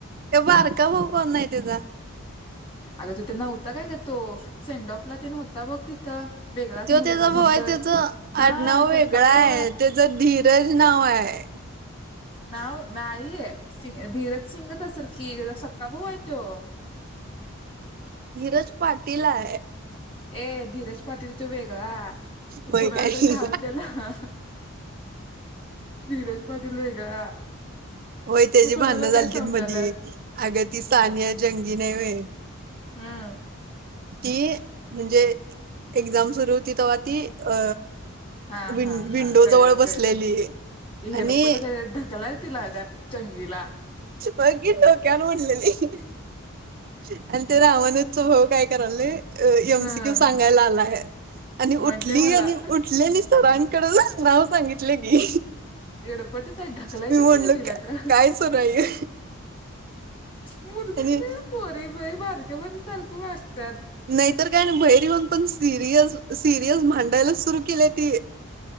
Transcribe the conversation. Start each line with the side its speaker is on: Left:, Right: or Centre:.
Right: ते बारका भाऊ कोण आहे त्याचा?
Left: अगं तिथं नव्हता काय ग तो सेंडॉपला ते नव्हता बघ तिथं वेगळाच
Right: तो
Left: मुलगा
Right: त्याचा
Left: कोणतर
Right: भाऊ आहे त्याचा
Left: हा
Right: आडनाव वेगळा
Left: सक्का भाऊ
Right: आहे त्याचा धी रज नाव आहे.
Left: नाव नाही आहे सिंग धीरज सिंगच असेल कि सक्का भाऊ आहे त्यो.
Right: धीरज पाटील आहे.
Left: ए धीरज पाटील तो वेगळा तू
Right: होय
Left: कोणाला
Right: काय
Left: तर घाल त्याला. धीरज पाटील वेगळा.
Right: होय त्याची
Left: तू कोणाला
Right: भांडणं झाली
Left: काय समजायलास
Right: ती मधी अग ती सानिया जंगी नाही व्हय
Left: हां.
Right: ती म्हणजे एक्झाम सुरू होती तेव्हा ती अ
Left: हा
Right: विं
Left: हा
Right: विंडो
Left: हा कळलं-कळलं
Right: जवळ बसलेली
Left: ही
Right: आणि
Left: येडपटच आहे ढकलाय तिला दयाप चांगिला
Right: होय की डोक्यावरपडलेली आणि ते रावण च भाऊ काय करायले? अ ए म
Left: हम्म
Right: सी क्यू सांगायला आलाय. आणि
Left: म्हणते
Right: उठली
Left: मला
Right: आणि उठलेलीच सरां कडच नांव सांगितले की
Left: एडपटच आहे ढकलायचं
Right: मी म्हणलं
Left: नाही ग तिला का
Right: काय सुरू आहे?
Left: मूर्खच
Right: आणि
Left: आहे पोरी बई बारक्यापन सारखं वाग त्यात
Right: नाहीतर काय ना बहिरी होऊन पण सिरियस सिरियस भांडायला सुरु केलंय ती.